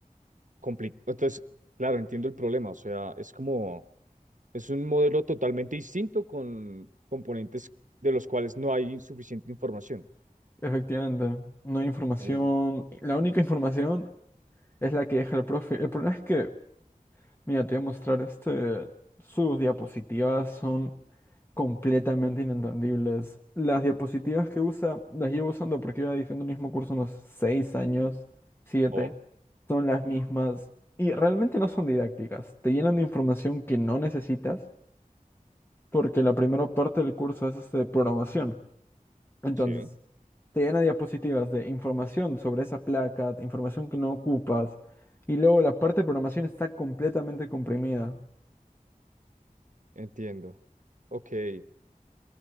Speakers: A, on the right; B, on the left.
A: complicado. Entonces, claro, entiendo el problema. O sea, es como, es un modelo totalmente distinto con componentes de los cuales no hay suficiente información.
B: Efectivamente, no hay información.
A: Uh,
B: La única información es la que deja el profe. El problema es que, mira, te voy a mostrar este. Sus diapositivas son completamente inentendibles. Las diapositivas que usa, las llevo usando porque iba diciendo el mismo curso unos 6 años, siete.
A: oh,
B: son las mismas y realmente no son didácticas. Te llenan de información que no necesitas porque la primera parte del curso es este, programación. Entonces,
A: sí,
B: te llena diapositivas de información sobre esa placa, información que no ocupas, y luego la parte de programación está completamente comprimida.
A: entiendo. Ok.